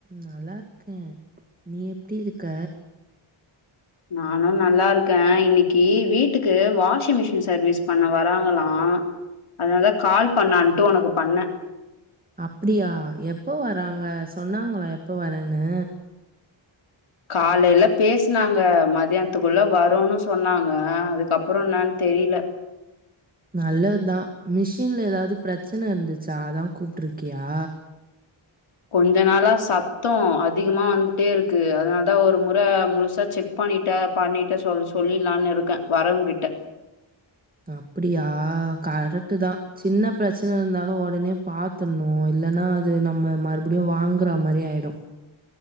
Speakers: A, on the right (about 20°); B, on the left (about 80°).
A: நல்லாருக்கே நீ எப்டி இருக்க
B: நானு நல்லாருக்கே இன்னைக்கு வீட்டுக்கு வா வாஷிங் மிஷின் சர்வீஸ் பண்ண வராங்ளா ஆஹ் அதனலா கால் பண்ணாட்டு உனக்கு பண்ண
A: அப்டியா எப்ப வராங்க சொன்னாங்கள எப்ப வரேன்னு
B: காலையில பேஸ்னாங்க மதியானத்துக்குள்ள வரோனு சொன்னாங்க அதுக்கப்ரோ என்னான்னு தெரில
A: நல்லதா மிஷின்ல ஏதாது பிரச்ன இருந்துச்சா அதா கூப்ட்ருக்யா
B: கொஞ்சோ நாளா சத்தோ அதிகமா வந்துட்டே இருக்கு அதனாலதா ஒரு முற முழுசா செக் பண்ணிட்ட பண்ணிட்டு சொ சொல்லலான்னு இருக்கே வரவங்கிட்ட
A: அப்டியா கரெக்ட் தா சின்ன பிரச்ன இருந்தாலு ஒடனே பாத்துணு இல்லன்னா அது நம்ம மறுபடியு வாங்ற மாரி ஆயிடு